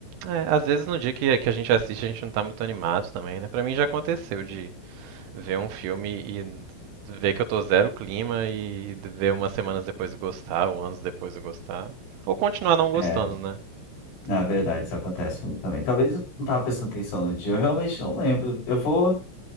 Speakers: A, on the right (about 75°); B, on the left (about 65°).
A: É, às vezes no dia que, que a gente assiste, a gente não tá muito animado também, né? Pra mim já aconteceu de ver um filme e ver que eu tô zero clima e ver umas semanas depois de gostar, ou anos depois de gostar. Ou continuar não gostando,
B: É,
A: né?
B: na
A: Tudo bem.
B: verdade, isso acontece comigo também. Talvez eu não tava prestando atenção no dia, eu realmente não lembro. Eu vou,